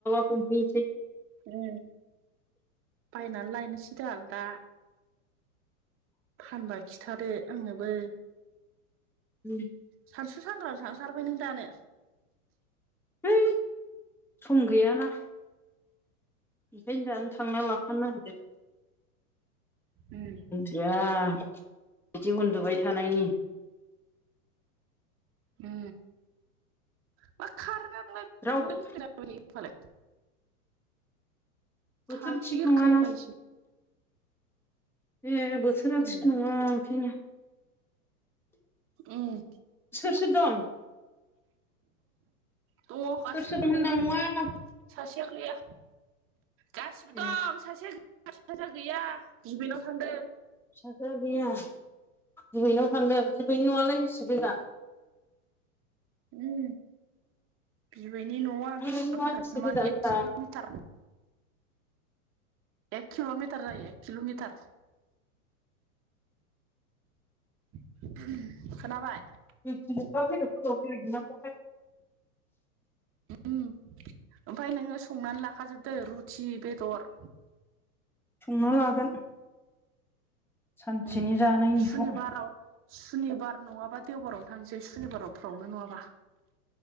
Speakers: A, in the centre; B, on the right (about 30°).
A: दुगैसोय
B: ओ बायनानै लायनोसैदा आल दा फानबा खिथादो आंनोबो
A: उम
B: सानसु सानग्रां थांथारबाय नों दानो
A: है सम गैयाना ओंखायनो दानो थांना लाखानो नागिरदों
B: उम
A: जा बिदि उन्दुबाय थानायनि
B: ओ मा खारेन्टानो
A: रावबो
B: थांलाय फैलाय
A: बोथोर
B: थाथेरखाया
A: थिग नङाना
B: इसो
A: ए बोसोरा
B: उम
A: थिख नङा बेखायनो
B: उम
A: सोर सोर दं?
B: दङ गासिबो
A: सोर सोर दं
B: नआवनो।
A: होनदां न'आव
B: सासेया गैया गासिबो
A: ए
B: दं सासेया साजा गैया बिबैनाव थांदों।
A: फिसाजो गैया बिबैनाव थांदों। बिबैनि न आलाय बिसि गोजान?
B: उम बिबैनि न'आ
A: बिबैनि
B: बेसेबां
A: न'आ बेसे गोजान
B: माने
A: होनदां
B: एक किल'मिटार एक किल'मिटार जायो एक किल'मिटार खोनाबाय?
A: <unintelligible>
B: उम ओमफ्राय नोङो संनानै लाखाजोबदो रुथि बेदर
A: संना लागोन सानसेनि
B: उम
A: जानायनिखौ
B: सुनिबाराव सुनिबार नङाबा देवबारावनो थांसै सुनिबाराव फ्रावनो नङाबा।